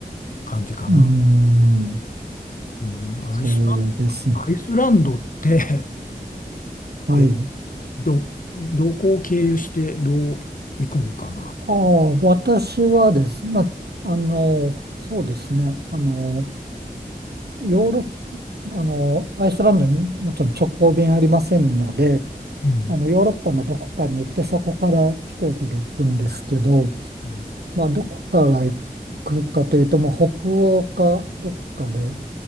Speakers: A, on the left; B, on the right.
A: 感じかな。
B: ーん、
A: うん、アイスラ
B: そうですね。
A: ン、アイスランドって、<laughs>
B: はい。
A: え、ど、どこを経由してどう行くんかな。
B: ああ、私はですね、まあ、あの、そうですね、あの、ヨーロッ、あの、アイスランドにもちろん直行便ありませんので、
A: うん、
B: あの、ヨーロッパのどこかに行って、そこから飛行機で行くんですけど、
A: うん
B: まあ、どこから行くかというと、まあ、北欧かどっかで、